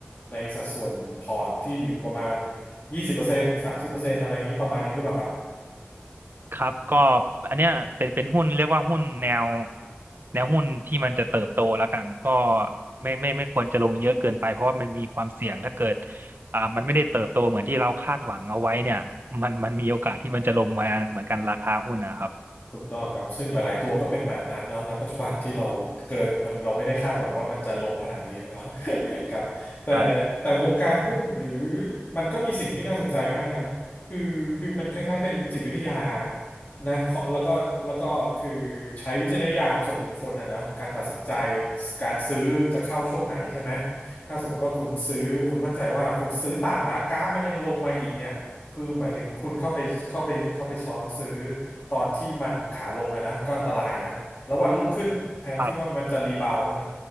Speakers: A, on the left; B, on the right.
A: ในสัดส่วนพอร์ตที่อยู่ประมาณยี่สิบเปอร์เซ็นต์สามสิบเปอร์เซ็นต์อะไรอย่างนี้ประมาณนี้หรือเปล่าครับ
B: ครับก็อันเนี้ยเป็นเป็นหุ้นเรียกว่าหุ้นแนวแนวหุ้นที่มันจะเติบโตแล้วกันก็ไม่ไม่ไม่ควรจะลงเยอะเกินไปเพราะว่ามันมีความเสี่ยงถ้าเกิดอ่ามันไม่ได้เติบโตเหมือนที่เราคาดหวังเอาไว้เนี่ยมันมันมีโอกาสที่มันจะลงมาเหมือนกันราคาหุ้นนะครับ
A: ถูกต้องครับซึ่งหลายๆตัวก็เป็นแบบนั้นเนาะณปัจจุบันที่เราเกินมันเราไม่ได้คาดหวังว่ามันจะลงขนาดนี้เนาะ <laughs> ครับแต่แต่วงการหุ้นหรือ
B: อ่า
A: มันก็มีสิ่งที่น่าสนใจมากนะคือคือมันคล้ายๆเป็นจิตวิทยานะขอแล้วก็แล้วก็คือใช้วิจารณญาณส่วนบุคคลอะนะการตัดสินใจการซื้อจะเข้าช่วงไหนใช่ไหมถ้าสมมติว่าคุณซื้อคุณมั่นใจว่าคุณซื้อต่ำแล้วกราฟมันยังลงมาอีกเนี่ย คือหมายถึงคุณเข้าไปเข้าไปเข้าไปช้อนซื้อตอนที่มันขาลงอะนะก็อันตรายนะแล้ววันรุ่งขึ้นแทนที่ว่ามันจะรีบาวด์ใช่ไหม
B: ครับ